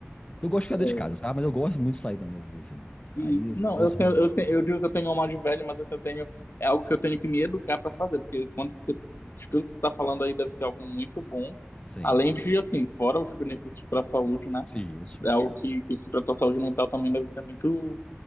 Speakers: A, on the left; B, on the left.
A: Eu gosto de ficar
B: É,
A: dentro de casa, sabe? Mas eu gosto muito de sair também, às vezes, assim.
B: isso.
A: Aí eu
B: Não,
A: dou
B: eu,
A: os
B: sei-
A: rolês.
B: eu, te- eu digo que eu tenho alma de velho, mas assim, eu tenho, é algo que eu tenho que me educar para fazer, porque quando você, de tudo que você está falando aí deve ser algo muito bom,
A: Sim,
B: além de, assim, fora os benefícios para a saúde, né,
A: isso.
B: é algo que, que se tratar a saúde mental também deve ser muito,